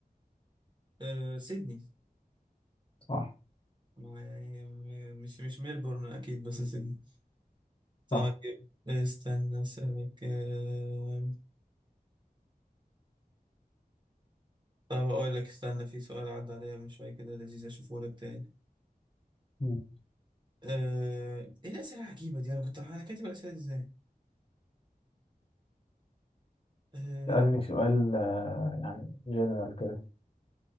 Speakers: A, on the right (about 30°); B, on the left (about 35°).
A: أه سيدني
B: صح
A: ما يعني م- مش مش ميلبورن اكيد بس سيدني طيب
B: صح
A: استنى اسالك أه طب اقول لك استنى في سؤال عدى عليا من شويه كده لذيذ اشوفه لك تاني
B: مم.
A: أه ايه الاسئله العجيبه دي انا كنت انا كاتب الاسئله دي ازاي أه
B: سألني سؤال آه، يعني جنرال كده